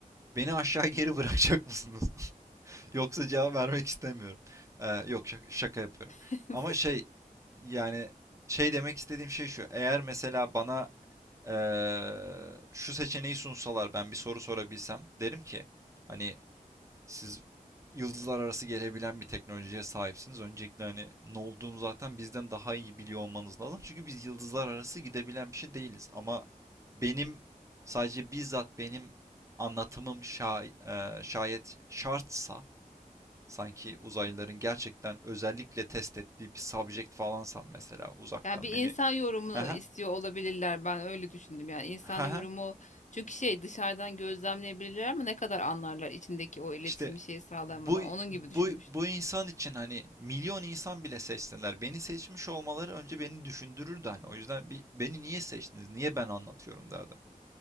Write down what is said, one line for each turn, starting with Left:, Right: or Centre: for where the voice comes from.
Right: beni aşağı geri bırakacak mısınız? <laughs> Yoksa cevap vermek istemiyorum. Ee, yok şaka, şaka yapıyorum.
Left: <laughs>
Right: Ama şey yani şey demek istediğim şey şu. Eğer mesela bana eee, şu seçeneği sunsalar ben bir soru sorabilsem derim ki hani siz yıldızlar arası gelebilen bir teknolojiye sahipsiniz. Öncelikle hani ne olduğunu zaten bizden daha iyi biliyor olmanız lazım. Çünkü biz yıldızlar arası gidebilen bir şey değiliz. Ama benim sadece bizzat benim anlatımım şay, eee, şayet şartsa sanki uzaylıların gerçekten özellikle test ettiği bir subject falansam mesela uzaktan
Left: Yani bir
Right: beni
Left: insan yorumunu
Right: ha
Left: istiyor olabilirler. Ben öyle düşündüm. Yani insan
Right: ha
Left: yorumu
Right: ha
Left: çünkü şey dışarıdan gözlemleyebilirler ama ne kadar anlarlar içindeki o iletişimi
Right: işte
Left: şeyi sağlayamadan.
Right: Bu
Left: Onun
Right: bu
Left: gibi düşünmüştüm.
Right: bu insan için hani milyon insan bile seçseler beni seçmiş olmaları önce beni düşündürürdü hani. O yüzden bir beni niye seçtiniz? Niye ben anlatıyorum derdim.